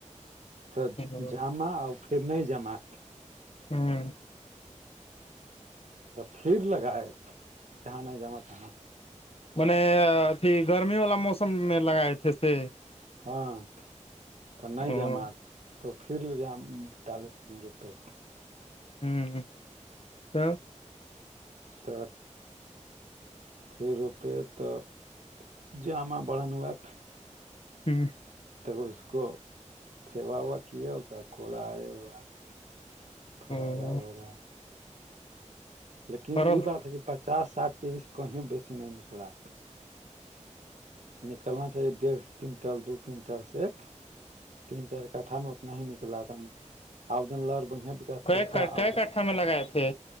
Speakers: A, on the right; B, on the left.
A: تو
B: ہوں
A: جما اور پھر نہیں جمع
B: ہوں
A: پھر لگائے جہاں نہیں جمعاں
B: م نے اھی گرمی والا موسم میں لگائے تھے سے
A: ہاں تو نہیں
B: ہوں
A: جم آ تو پھر ج ڈالس میں روپے
B: ہوں تو
A: ت پھر روپے توب جو آ بڑان بات
B: ہوں
A: تب اس کو سیوا ووا کیا ہوگا کھڑا آئے اڑا آئے خارا
B: او
A: ہو رہا لیکن
B: فرل
A: یہ بات ہے کہ پچاس ساٹھ کے جی سے کہیں بیسی نہیں نکلا نکلنا چاہیے ڈیڑھ کنٹل دو کنٹل سے ایک تین چار کھا میں اتنا ہی نکلا ا دم آؤن لا بڑھیا وکاس کیا
B: ک
A: تھا آؤ
B: کئے
A: دن
B: کٹھا میں لگائے تھے